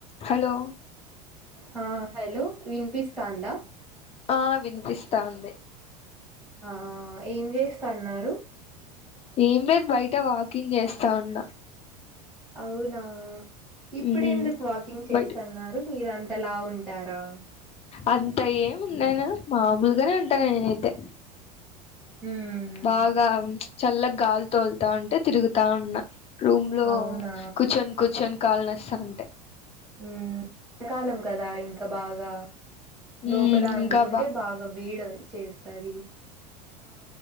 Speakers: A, on the left; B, in the centre.
A: Hello
B: హా hello విన్పిస్ సందా
A: ఆ వినిపిస్తా ఉంది
B: ఆ ఆ ఏం చేస్తన్నారు
A: ఏం లేదు బయట వాకింగ్ చేస్తా ఉన్నా
B: అవునా ఇప్పుడు
A: ఉమ్
B: ఎందుకు వాకింగ్ చేస్తన్నారు.
A: బయట
B: మీరన్ తలా ఉంటారా
A: అంత ఏం ఉండను. మామూలుగానే ఉంటాగా నేనైతే
B: హ్మ్.
A: బాగా చల్లగ్ గాలి తొల్తావుంటే, తిరుగుతా ఉన్నా. రూమ్ లో
B: అవునా!
A: కూచొన్ కూచొన్ కాళ్ళ నో సండే
B: హు <inaudible> కాలం కదా ఇంకా బాగా లోపల
A: ఉమ్
B: అందుకుంటే
A: ఇంకా
B: బాగా వేడో చేస్తది